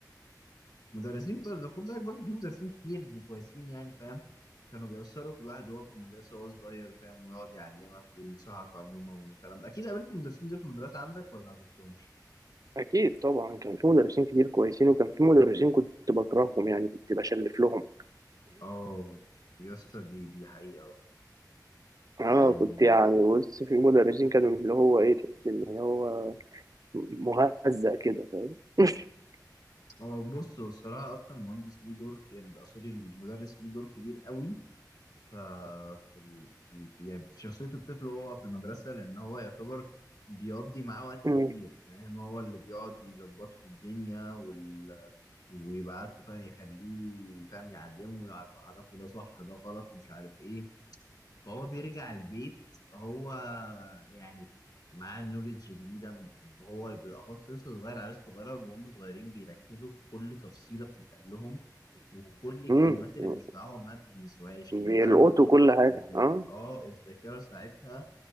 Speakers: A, on the left (about 70°); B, on the right (about 55°).
A: مدرسين برضه خد بالك برضه في مدرسين كتير كويسين يعني فاهم كانوا بيأثروا في الواحد وهو في المدرسة وهو صغير فاهم ويقعد يعلمك وينصحك عموما والكلام ده أكيد قابلت المدرسين دول في المدرسة عندك ولا ما قابلتهمش؟
B: اكيد طبعا كان في مدرسين كتير كويسين وكان في مدرسين كنت بكرههم يعني كنت بشلف لهم
A: اه يا اسطى دي دي حقيقة والله
B: اه
A: يعني
B: كنت يعني بص في مدرسين كانوا اللي هو ايه تحس ان هو مهزأ كده فاهم <laughs>
A: هو بص هو الصراحة أصلا المهندس ليه دور ك- ال- سوري المدرس ليه دور كبير قوي ف- في ال... في ال... في يعني في شخصية الطفل وهو في المدرسة لأن هو يعتبر بيقضي معاه وقت
B: مم.
A: كتير فاهم هو اللي بيقعد يظبط له الدنيا وال... ويبعت له فاهم يخليه فاهم يعلمه ويعرف- يعرفه ده صح ده غلط مش عارف إيه فهو بيرجع البيت هو يعني معاه نوليدج جديدة م- هو بالأخص لسه صغير عيال صغيرة وهم صغيرين بيركزوا في كل تفصيلة بتتقال لهم وكل الكلمات
B: مم.
A: اللي
B: مم.
A: بيسمعوها ما بينسوهاش
B: بيلقطوا
A: لان فعلا بتكون
B: كل حاجه
A: الذا
B: اه
A: اه الذاكره ساعتها